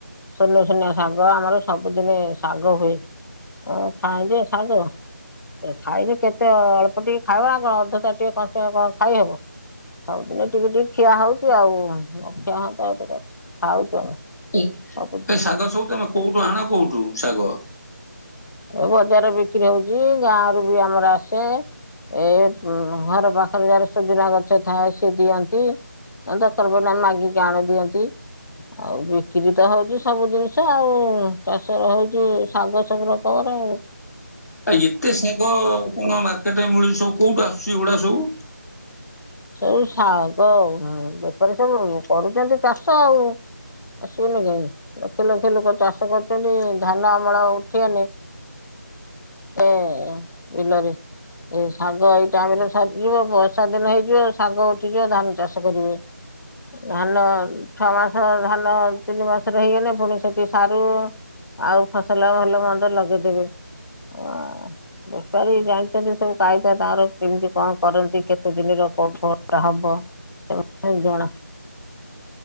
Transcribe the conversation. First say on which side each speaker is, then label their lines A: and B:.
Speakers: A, on the left; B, on the left.
A: ସୁନୁ ସୁନିଆ ଶାଗ, ଆମର ସବୁଦିନେ ଶାଗ ହୁଏ। ମୁଁ ଖାଇ ଯେ ଶାଗ, ଖାଇଲେ କେତେ ଅଳ୍ପ ଟିକେ ଖାଇବ ଆଉ କଣ। ତାଟିଏ କଂସେ କଣ ଖାଇହବ। ସବୁଦିନେ ଟିକେ, ଟିକେ ଖିଆ ହଉଚି ଆଉ। ନଖିଆ ହୁଅନ୍ତା ଆଉ ଟିକେ ଖାଉଛୁ ଆମେ।
B: ଏ,
A: ସବୁଦିନ
B: ଏ ଶାଗ ସବୁ ତମେ କୋଉଠୁ, ଆଣ କୋଉଠୁ ଶାଗ?
A: ଏ ବଜାରରେ ବିକ୍ରି ହଉଛି। ଗାଁରୁ ବି ଆମର ଆସେ। ଏ ଘର ପାଖରେ, ଯାର ସୁବିଧା ଗଛ ଥାଏ ସିଏ ଦିଅନ୍ତି। ଦର୍କାର ପାଇଲେ ଆମେ ମାଗିକି, ଆଣି ଦିଅନ୍ତି। ଆଉ, ବିକ୍ରି ତ ହଉଛି, ସବୁ ଜିନିଷ ଆଉ। ଚାଷ ର ହଉଛି, ଶାଗ ସବୁ ର ହର।
B: ଆ ଏତେ ଶାଗ କଣ ମାର୍କେଟ ରେ ମିଳୁଛି? ସବୁ କୋଉଠୁ ଆସୁଛି ଗୁଡା ସବୁ?
A: ସବୁ ଶାଗ ବେପାରୀ, ସବୁ କରୁଛନ୍ତି ଚାଷ ଆଉ। ଆସିବନି କାହିଁକି ଲକ୍ଷ, ଲକ୍ଷ ଲୋକ ଚାଷ କରୁଛନ୍ତି। ଧାନ ଅମଳ ଉଠିଗଲେ। ଏ ବିଲରେ। ଏଇ ସାଙ୍ଗ ଏଇ ଟାଇମ, ରେ ସରିଯିବ। ବର୍ଷା ଦିନ ହେଇ ଶାଗ ଉଠିଯିବ ଧାନ ଚାଷ କରିବେ। ଧାନ ଛଅ ମାସ, ଧାନ ତିନି ମାସରେ ହେଇଗଲେ, ପୁଣି ସେଠି ସାରୁ ଆଉ ଫସଲ ଭଲ ମନ୍ଦ ଲଗେଇଦେବେ। ଓ, ବେପାରୀ ଜାଣିଛନ୍ତି ସବୁ କାଇଦା ତାଙ୍କର କେମିତି କଣ, କରନ୍ତି କେତେ ଦିନ ରଖ କୋଉ ବ ଟା ହବ। ସେ ଜଣା।